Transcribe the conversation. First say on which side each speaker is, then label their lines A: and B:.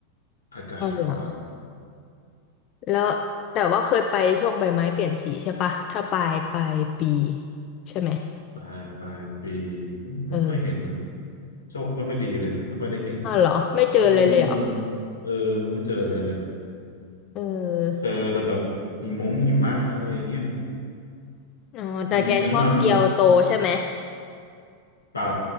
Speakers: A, on the left; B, on the left.
A: อากาศร้อน
B: อ๋อเหรอแล้วแต่ว่าเคยไปช่วงใบไม้เปลี่ยนสีใช่ปะถ้าปลายปลายปีใช่ไหม
A: ปลายปลายปี
B: เออ
A: ไม่ค่อยเห็น โชคไม่ค่อยดีเลยไม่ค่อยได้เห็น
B: อ๋อเหรอไม่เจอเลยเลยเหรอ
A: เฮ้ยอันนี้คงเออไม่เจอเลยเลยอะ
B: เออ
A: เจอแต่แบบหิมงหิมะอะไรอย่างเงี้ย
B: อ๋อแต่แกชอบเกียวโตใช่ไหม
A: อืมแนะนำเปล่า